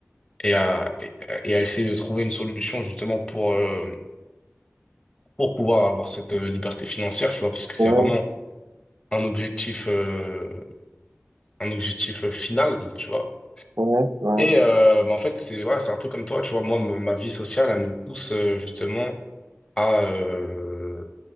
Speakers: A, on the left (about 20°); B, on the right (about 80°).
A: et à, et et à essayer de trouver une solution justement pour, euh, pour pouvoir avoir cette euh, liberté financière, tu vois, parce que c'est
B: Ouais,
A: vraiment un objectif, euh, un objectif euh, final, tu vois.
B: ouais, ouais,
A: Et euh, bah, en fait, c'est voilà, c'est un peu comme toi, tu vois, moi, m- ma vie sociale, elle me pousse euh, justement à, euh,